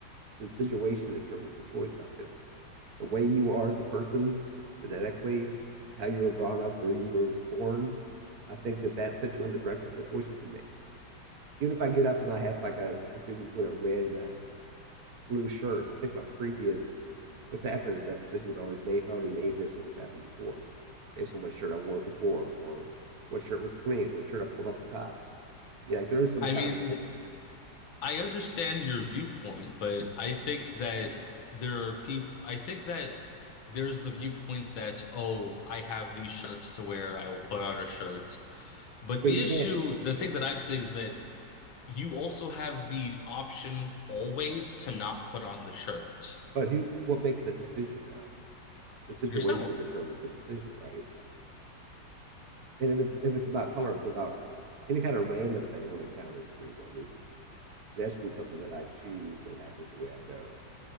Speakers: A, on the right; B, on the left.
A: the situation determines the choice, I feel. The way you are as a person genetically, how you were brought up, where you were born, I think that that sets you in the direction of the choices you make. Even if I get up and I have like a, I'm choosing between a red and a blue shirt, I think my previous, what's happened is that decision's always made, already made based on what's happened before, based on what shirt I wore before, or what shirt was clean, what shirt I pulled off the top. Yeah, like there is some
B: I
A: kind
B: mean,
A: of,
B: I understand your viewpoint, but I think that there are people, I think that there's the viewpoint that, oh, I have these shirts to wear, I will put on a shirt. But
A: because
B: the
A: you
B: issue,
A: can't,
B: the thing that I'm saying is that you also have the option always to not put on the shirt
A: but who, what makes the decision though? the situation
B: yourself.
A: determines the decision, right? And if it if it's about color, if it's about any kind of random thing wouldn't count as free will either. It has to be something that I choose and happens the way I go.